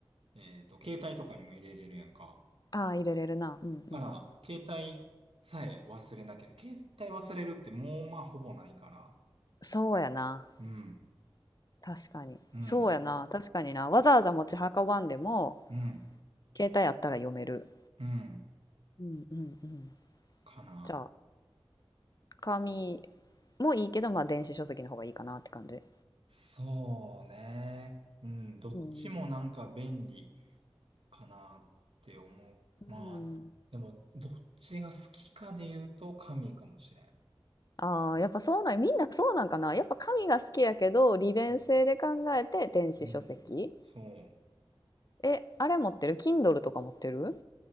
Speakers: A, on the right (about 75°); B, on the left (about 40°).
A: あ、えっと、携帯とかにも入れれるやんか。
B: あー入れれるな。うんうん。
A: から、携帯さえ忘れなければ、携帯忘れるってもうまあほぼないから、
B: そうやな。
A: うん、
B: 確かに。
A: うん、
B: そうやな。確かにな。わざわざ持ち運ばんでも、
A: うん、
B: 携帯あったら読める。
A: うん、
B: うんうんうん。
A: かな。
B: じゃあ、紙もいいけど、まあ電子書籍の方がいいかなって感じ。
A: そうね。うん、どっちもなんか便利
B: うん。
A: かなって思う。
B: うん。
A: まあ、でも、どっちが好きかで言うと神かもしれん。
B: ああ、やっぱそうなん、みんなそうなんかな。やっぱ紙が好きやけど、利便性で考えて電子書籍。
A: うん、うんそう。
B: え、あれ持ってる ?Kindle とか持ってる